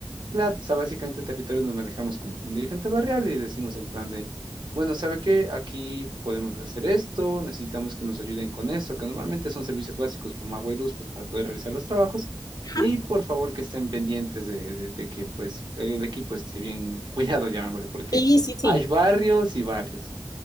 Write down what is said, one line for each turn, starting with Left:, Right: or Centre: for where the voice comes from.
Right: claro, o sea, básicamente en territorio nos manejamos con un dirigente barrial y decimos en plan de, bueno, ¿sabe qué? Aquí podemos hacer esto, necesitamos que nos ayuden con esto, que normalmente son servicios básicos como agua y luz, pues para poder realizar los trabajos.
Left: Ajá.
Right: Y por favor que estén pendientes de, de de que pues el equipo esté bien <laughs> cuidado, llamémosle, porque
Left: Sí, sí, sí.
Right: hay barrios y barrios.